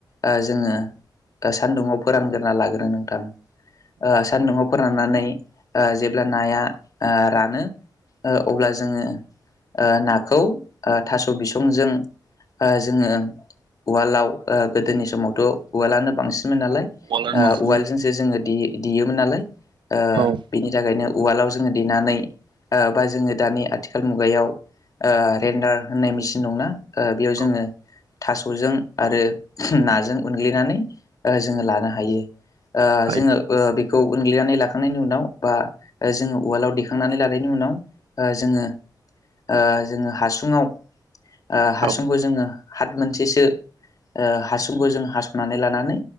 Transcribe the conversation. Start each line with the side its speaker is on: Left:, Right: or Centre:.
Left: ओ जोङो दा सान्दुङाव फोरानग्रोना लागोरो नोंथां। ओ सान्दुंआव फोराननानै ओ जेब्ला नाया ओ रानो ओ अब्ला जोङो ओ नाखौ ओ थास' बिसंजों ओ जोङो उवालदआव ओ गोदोनि समावथ' उवालदानो बांसि मोन नालाय
Right: औवालाय
Left: ओ
Right: मानसिमोन
Left: उवालदजोंसो जोङो देयो देयोमोन नालाय ओ
Right: औ
Left: बेनि थाखायनो उवालाव जोङो देनानै ओ बा जोङो दानि आथिखाल मुगायाव ओ रेडार होननाय मेसिन दंना? ओ बेयाव जोङो
Right: औ
Left: थास'जों आरो नाजों उनग्लिनानै जोङो लानो हायो। ओ
Right: हाय
Left: जोङोबो बे खौ उनग्लिनानै लाखांनायनि उनाव बा जोङो उवालाव दैेखांनानै लानायनि उनाव ओ जोङो ओ जोङो हासुङाव ओ हासुंखौ
Right: औ
Left: जोङो हात मोनसेसो ओ हासुंखौ जों हास'नानै लानानै